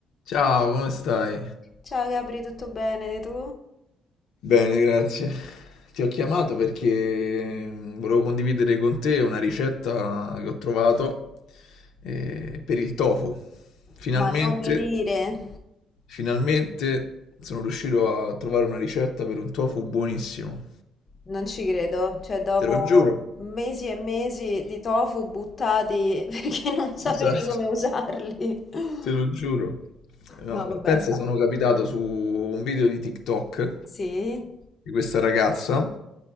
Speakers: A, on the left (about 75°); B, on the left (about 30°).
A: Ciao, come stai?
B: Ciao Gabri, tutto bene tu?
A: Bene, grazie. Ti ho chiamato perché mm, volevo condividere con te una ricetta che ho trovato eh, per il tofu. Finalmente,
B: Ma non mi dire,
A: finalmente sono riuscito a trovare una ricetta per un tofu buonissimo.
B: non ci credo, cioè dopo
A: Te lo giuro.
B: mesi e mesi di tofu buttati <laughs> perché non sapevi
A: Esatto.
B: come usarli.
A: te lo giuro. No,
B: No, vabbè.
A: pensa, sono capitato su un video di TikTok
B: Sì?
A: di questa ragazza